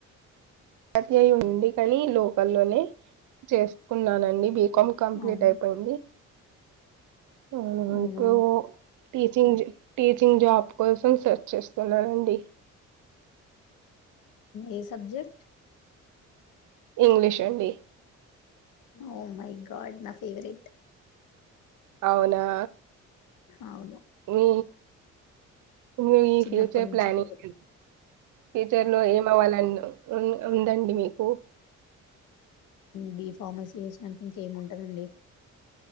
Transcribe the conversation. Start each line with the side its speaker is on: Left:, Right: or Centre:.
Right: తత అయి ఉండి కానీ లోకల్లోనే చేసుకున్నానండి బ కొమ్ కంప్లీట్
Left: అవును
Right: అయిపోయింది ఉమ్
Left: అవును
Right: టీచింగ్ టీచింగ్ జాబ్ కోసం సెర్చ్ చేస్తున్నారండి
Left: ఏ సబ్జెక్ట్
Right: ఇంగ్లిష్ అండి
Left: ఓ మై గాడ్ నా ఫేవరెట్
Right: అవునా
Left: అవును
Right: మీ మీ ఈ
Left: చిన్నప్పటి
Right: ఫ్యూచర్
Left: నుంచి
Right: ప్లానింగ్
Left: కూడా
Right: ఫ్యూచర్ లో ఏమ అవ్వాలం ఉందండి మీకు
Left: బి ఫార్మసీ చేసినానికి ఇంకేమి ఉంటందండి